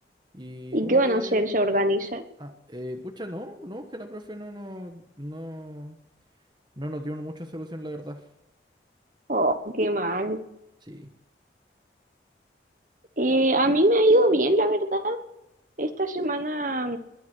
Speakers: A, on the right; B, on the right.
A: ¿Y
B: ¿Y
A: cómo
B: qué van
A: te
B: a hacer?
A: digo a ti?
B: ¿Se organizan?
A: Ah, eh, pucha, no, no, que la profe no, no, no, no nos dio mucha solución, la verdad.
B: Oh, qué mal.
A: Sí,
B: Eh, a mí me ha ido bien, la verdad. Esta semana